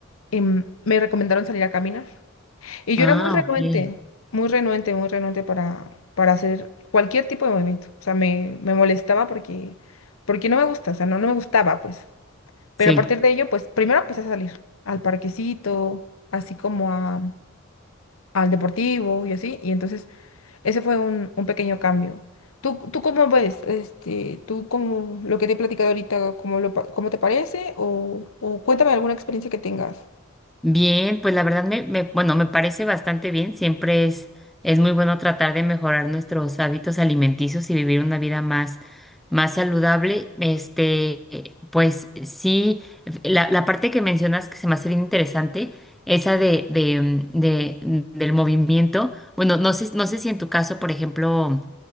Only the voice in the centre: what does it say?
ah,
ok.
Sí.
Bien, pues la verdad me, me- bueno, me parece bastante bien. Siempre es, es muy bueno tratar de mejorar nuestros hábitos alimenticios y vivir una vida más, más saludable. Este, eh, pues sí, la, la parte que mencionas que se me hace bien interesante, esa de, de, mm, de- mm, del movimiento. Bueno, no sé, no sé si en tu caso, por ejemplo,